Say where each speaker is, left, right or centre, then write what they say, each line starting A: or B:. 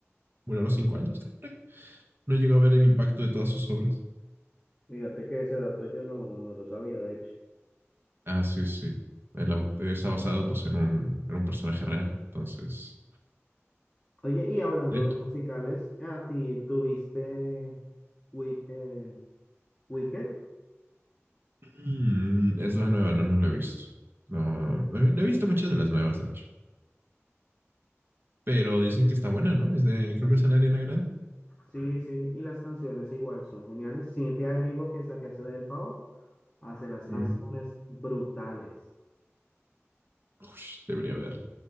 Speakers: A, on the right (about 45°); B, on the left (about 15°).
A: Murió a los 5 años, creo. No llegó a ver el impacto de todas sus obras.
B: Fíjate que ese dato yo no, no lo sabía, de hecho.
A: Ah, sí, sí. El au- está basado pues en un, en un personaje real. Entonces,
B: Oye, y hablando
A: de hecho,
B: de musicales, ¿a ti tuviste Wi- eh, Wicked?
A: mm, es la nueva, no, no la he visto. No, no he, no he visto muchas de las nuevas, de hecho. Pero dicen que está buena, ¿no? Es de, creo que es de la Ariana Grande.
B: Sí, sí, y las canciones igual son geniales. Cynthia Erivo, que es la que hace de Elphaba. hace las
A: Mm.
B: canciones brutales.
A: Ush, debería verlo